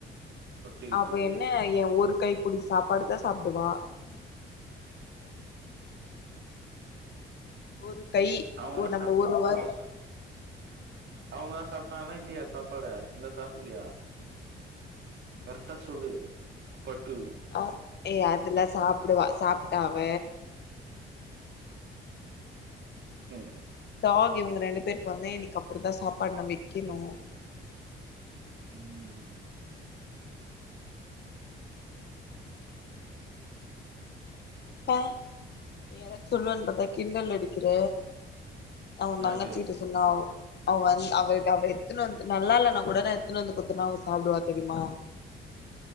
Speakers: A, on the right; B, on the left.
A: ஒட்டிக்கிட்டு
B: அவ என்ன எ ஒரு கை புடி சாப்பாடுதா சாப்டுவா ஒரு கை
A: அவ
B: ஒரு
A: என்ன
B: நம்ம
A: சாப்ட்
B: ஒரு வாய்
A: அவ அவுங்களாவது சாப்டாங்களா இல்லையா சாப்பாடு இன்னு சாப்ட்லையா கரெக்டா சொல்லு பட்டூ
B: அ ஏய் அதெல்லா சாப்புடுவா சாப்ட்டா அவ
A: ம்
B: டாக் இவங்க ரெண்டு பேருக்கு வந்து இன்னிக்கு அப்டி தா சாப்பாடு நா வெக்கணு
A: ம்
B: ப்ப நீ ஏதாச்சு சொல்வனு பாத்தா கிண்டல் அடிக்கிற அவ உ
A: யாரு
B: தங்கச்சிகிட்ட சொன்னா அவ அவ வந் அவளுகு எத்தன்னு வந்து நல்லா இல்லன்னா கூட நா எத்துன்னு வந்து குத்தனா அவ சாப்டுவா தெரியுமா